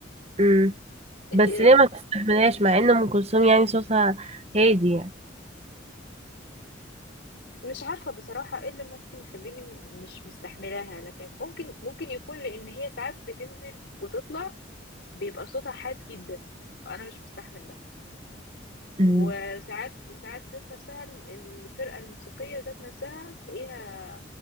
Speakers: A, on the right (about 35°); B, on the left (about 65°).
A: امم
B: انت
A: بس
B: ايه رايك
A: ليه ما بتستحملهاش مع ان ام كلثوم يعني صوتها هادي يعني
B: مش عارفة بصراحة ايه اللي ممكن يخليني م- مش مستحملاها لكن ممكن ممكن يكون لأن هي ساعات بتنزل وتطلع بيبقى صوتها حاد جدا وأنا مش مستحمل ده
A: امم
B: وساعات وساعات ذات نفسها ال- الفرقة الموسيقية ذات نفسها تلاقيها